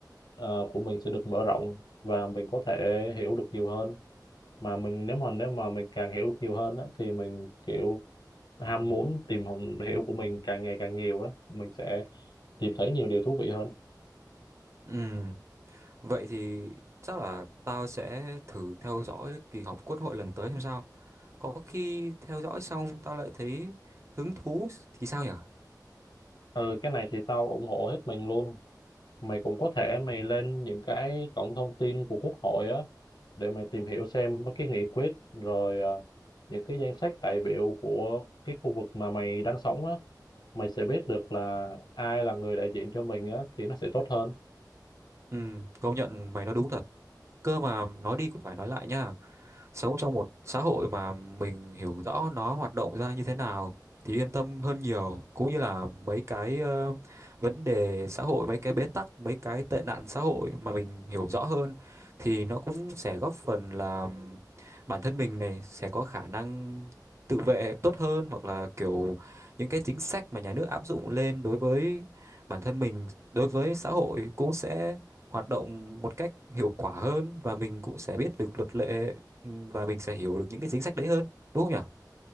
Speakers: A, on the left; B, on the right.
A: ờ, của mình sẽ được mở rộng và mình có thể hiểu được nhiều hơn mà mình nếu mà nếu mà mình càng hiểu được nhiều hơn á thì mình kiểu ham muốn tìm hồng- hiểu của mình càng ngày càng nhiều á mình sẽ tìm thấy nhiều điều thú vị hơn
B: Ừ, vậy thì chắc là tao sẽ thử theo dõi kỳ họp quốc hội lần tới xem sao. Có khi theo dõi xong tao lại thấy hứng thú thì sao nhở?
A: Ừ, cái này thì tao ủng hộ hết mình luôn. Mày cũng có thể mày lên những cái cổng thông tin của Quốc hội á để mày tìm hiểu xem mấy cái nghị quyết rồi ờ, những cái danh sách đại biểu của cái khu vực mà mày đang sống á, mày sẽ biết được là ai là người đại diện cho mình á thì nó sẽ tốt hơn.
B: Ừ, công nhận mày nói đúng thật. Cơ mà nói đi cũng phải nói lại nhá. sống trong một xã hội mà mình hiểu rõ nó hoạt động ra như thế nào thì yên tâm hơn nhiều cũng như là mấy cái ờ, vấn đề xã hội mấy cái bế tắc mấy cái tệ nạn xã hội mà mình hiểu rõ hơn thì nó cũng sẽ góp phần là bản thân mình này sẽ có khả năng tự vệ tốt hơn hoặc là kiểu những cái chính sách mà nhà nước áp dụng lên đối với bản thân mình đối với xã hội cũng sẽ hoạt động một cách hiệu quả hơn và mình cũng sẽ biết được luật lệ Ừ, và mình sẽ hiểu được những cái chính sách đấy hơn đúng không nhỉ